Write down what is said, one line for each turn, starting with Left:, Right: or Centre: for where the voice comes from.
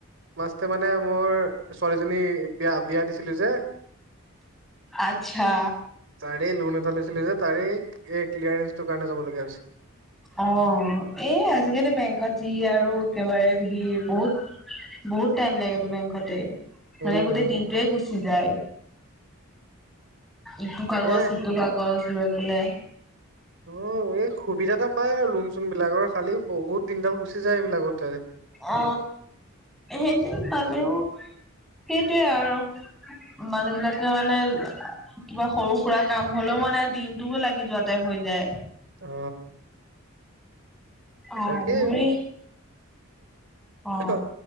Right: মাজতে মানে মোৰ ছোৱালীজনী বিয়া বিয়া দিছিলো যে।
Centre: আটছা।
Right: তাৰে লোন এটা লৈছিলো যে। তাৰে এই ক্লিয়াৰেন্ঞ্চটোৰ কাৰণে যাবলগীয়া হৈছে।
Centre: অ এই আজি-কালি বেংকত যি আৰু একেবাৰে ভিৰ, বহুত বহুত টাইম লাগেটো বেংকতে। মানে
Right: উম
Centre: গোটেই
Right: উম
Centre: দিনটোৱে গুচি যায়। ইটো কাগজ,
Right: এ
Centre: সিটো কাগজ গজ লৈ পেলাই
Right: অ এই সুবিধা এটা পাই আৰু লোন-চোন বিলাকৰ খালি বহুত দিনডাল গুচি যায় এইবিলাকতে।
Centre: অ সেইটো পালেও সেইটোৱে আৰু। মানুহবিলাকে মানে কিবা সৰু-সুৰা কাম হ'লেও মানে দিনটো লাগি যোৱা টাইপ হৈ যায়।
Right: অ।
Centre: অ
Right: তাকে
Centre: মোৰে অ
Right: সেইটো